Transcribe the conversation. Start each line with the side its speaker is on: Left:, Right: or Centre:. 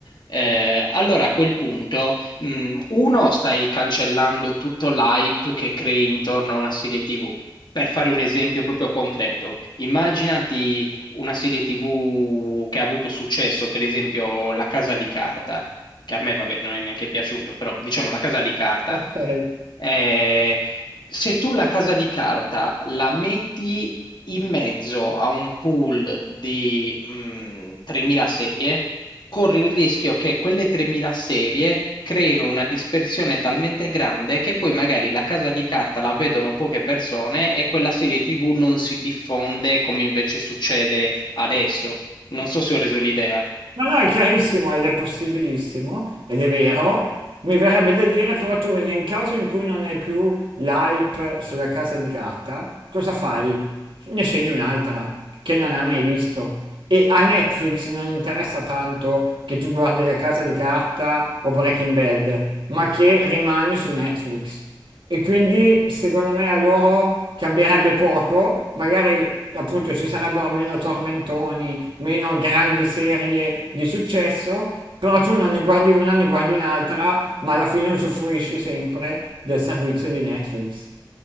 Left: eh, allora a quel punto Mhmm, uno, stai cancellando tutto l'hype che crei intorno a una serie TV. Per fare un esempio proprio concreto, immaginati una serie TV che ha avuto successo, per esempio La Casa di Carta, che a me, vabbè, non è neanche piaciuto, però diciamo La Casa di Carta.
Right: ok.
Left: Eh, se tu La Casa di Carta la metti in mezzo a un pool di mh, 3000 serie, corre il rischio che quelle tremila serie creino una dispersione talmente grande che poi magari la casa di carta la vedono poche persone e quella serie TV non si diffonde come invece succede adesso. Non so se ho reso l'idea.
Right: No, no, è chiarissimo ed è possibilissimo, ed è vero. Mi verrebbe da dire però tu nel caso in cui non hai più l'hype sulla casa di carta, cosa fai? Ne scegli un'altra che non hai mai visto. E a Netflix non interessa tanto che tu guardi la casa di carta o Breaking Bad, ma che rimani su Netflix. E quindi secondo me a loro cambierebbe poco, magari appunto ci sarebbero meno tormentoni, meno grandi serie di successo, però tu non ne guardi una, ne guardi un'altra, ma alla fine usufruisci sempre del servizio di Netflix.